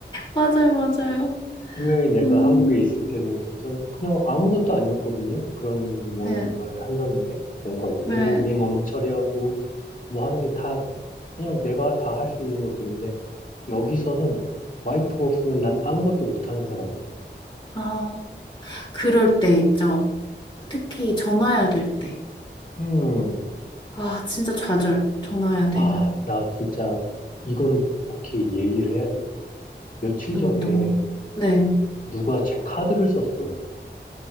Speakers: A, on the left (about 25°); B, on the left (about 45°).
A: <laughs> 맞아요, 맞아요.
B: 분명히 내가
A: 음,
B: 한국에 있을 때는 진짜 그냥 아무것도 아니었거든요. 그런 뭔가를
A: 네.
B: 한다는 게 공과금
A: 네.
B: 내고 은행 업무 처리하고 뭐 하는 게 다 그냥 내가 다 할 수 있는 것들인데 여기서는 와이프가 없으면 난 아무것도 못하는 사람이에요.
A: 아, 그럴 때 있죠. 특히 전화해야 될 때.
B: 음,
A: 아, 진짜 좌절. 전화해야 되면.
B: 아, 나 진짜 이건 국회에 얘기를 해야 되겠어. 며칠
A: 뭐
B: 전에
A: 어떤, 거. 네.
B: 누가 제 카드를 썼어요.